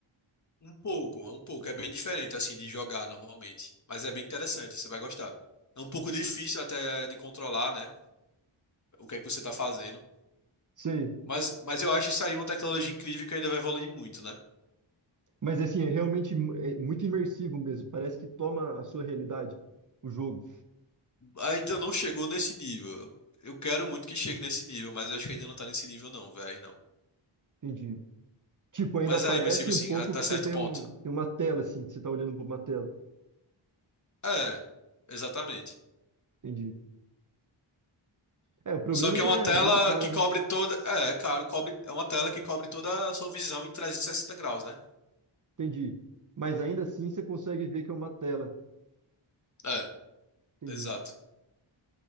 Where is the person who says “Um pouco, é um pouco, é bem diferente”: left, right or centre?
Left